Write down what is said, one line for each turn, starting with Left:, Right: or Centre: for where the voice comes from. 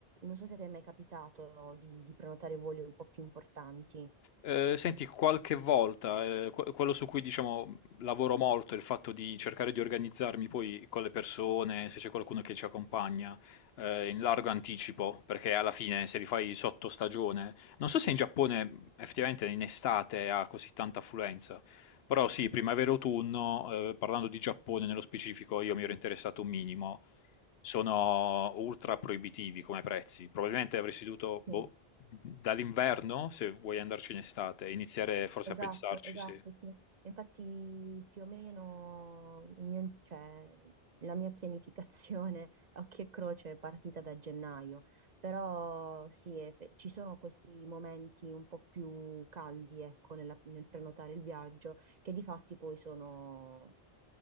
Right: non so se a te è mai capitato di, di prenotare voli un po' più importanti.
Left: Eh, senti, qualche volta, eh, que- quello su cui diciamo lavoro molto è il fatto di cercare di organizzarmi poi con le persone, se c'è qualcuno che ci accompagna, eh, in largo anticipo, perché alla fine se li fai sotto stagione, non so se in Giappone effettivamente in estate ha così tanta affluenza, però sì, primavera-autunno, eh, parlando di Giappone nello specifico, io mi ero interessato un minimo, sono ultra proibitivi come prezzi, probabilmente avresti dovuto,
Right: Sì.
Left: boh, Dall'inverno, se vuoi andarci in estate, iniziare forse
Right: Esatto,
Left: a pensarci,
Right: esatto,
Left: sì.
Right: sì. Infatti più o meno il mio- cioè, la mia pianificazione, <laughs> a occhio e croce, è partita da gennaio, però sì, eff- ci sono questi momenti un po' più caldi, ecco, nella- nel prenotare il viaggio, che di fatti poi sono